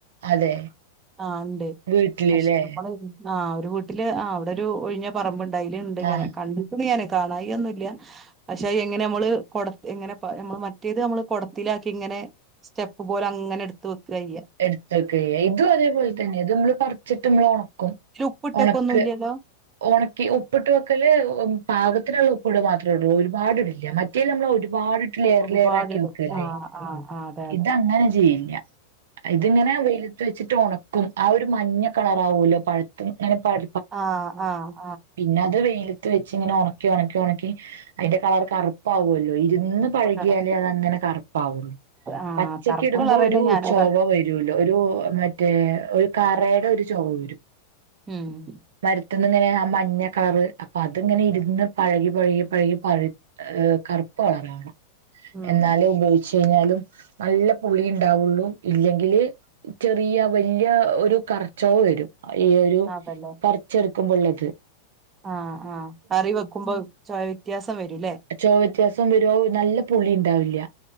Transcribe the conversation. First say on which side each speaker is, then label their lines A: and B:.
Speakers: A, on the right (about 60°); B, on the right (about 20°).
A: അതെ
B: ആഹ ഉണ്ട്
A: വീട്ടില്ല്ലേ
B: അഷ് ആഹ് ഒരു വീട്ടില് ആ അവിടെ ഒരു ഒഴിഞ്ഞ പറമ്പ് അയില് ഇണ്ട് ഇങ്ങനെ
A: ആഹ്
B: കണ്ടുക്കുന്നു ഇങ്ങനെ കാനായി ഒന്നുല്ല പക്ഷെ എങ്ങനെ നമ്മള് കൊട എങ്ങനെ നമ്മള് മറ്റേത് നമ്മള് കൊടത്തിലാക്കി ഇങ്ങനെ സ്റ്റെപ്പ് പോലെ അങ്ങനെ എടുത്ത് വെക്കെയ്യ
A: എടുത്തക്കെയ്യാ ഇതും അതേപോലെ തന്നെ ഇത് ഇമ്മള് പറിച്ചിട്ട് ഇമ്മൾ ഒണ
B: ഇതില് ഉപ്പിട്ടൊക്കെ
A: ഉണക്ക്
B: ഒന്നും ഇല്ലല്ലോ
A: ഒണക്കി ഉപ്പിട്ട് വെക്കല് പാകത്തിനുള്ള ഉപ്പിടൽ മാത്രമേ ഉള്ളൂ ഒരുപാട് ഇടില്ല മറ്റ മറ്റേ നമ്മള ഒരുപാട് ഇട്ട് ലേയർ
B: ഒരുപാടിടും
A: ലേയർ ആക്കി വെക്കല്ലേ
B: ആ ആ ആ അതെ അതെ
A: ഇതങ്ങനെ ചെയ്യില്ല ഇതിങ്ങനെ വെയിലത്ത് വെച്ചിട്ട് ഒണക്കും ആ ഒരു മഞ്ഞ കളർ ആവുല്ലോ പഴ്ത്ത് ഇങ്ങനെ പഴ
B: ആഹ ആഹ
A: പിന്നെ അത് വെയിലത്ത് വെച്ച് ഇങ്ങനെ ഒണക്കി ഒണക്കി ഒണക്കി അയിന്റെ കളർ കറുപ്പാവുല്ലോ ഇരുന്ന് പഴകിയാലേ
B: കറുപ്പ്
A: അതങ്ങനെ കറപ്പാവുള്ളൂ
B: ആ
A: പച്ചക്ക്
B: കറുപ്പ്
A: ഇടുമ്പോ
B: കളറന്നെ
A: ഒരു
B: ഞാനും
A: ചൊവ
B: കണ്ടിട്ടുണ്ട്
A: വരു ല്ലോ ഒരു മറ്റേ ഒരു കറേടെ ഒരു ചൊവ വരും
B: ഉം
A: മരുത്ത്ന്ന് ഇങ്ങനെ ആ മ മഞ്ഞ കളറ് അപ്പൊ അത് ഇങ്ങനെ ഇരുന്ന് പഴകി പഴകി പഴകി കറുപ്പ് കളറണം
B: ഉം
A: എന്നാലേ ഉപയോഗിച്ചു കഴിഞ്ഞാലും നല്ല പുളി ഉണ്ടാവുള്ളു ഇല്ലെങ്കില് ചെറിയ വല്ല്യ ഒരു കറച്ചൊവ വരും ഈ ഒരു
B: അതല്ലേ
A: പറിച്ചെടുക്കുമ്പോ ഇള്ളത്
B: ആഹ് ആ കറി വെക്കുമ്പോ ചൊവ വ്യത്യാസം വരൂല്ലേ
A: ചൊവ വ്യത്യാസം വരും അത്‌ നല്ല പുളിയുണ്ട് ണ്ടാവില്ല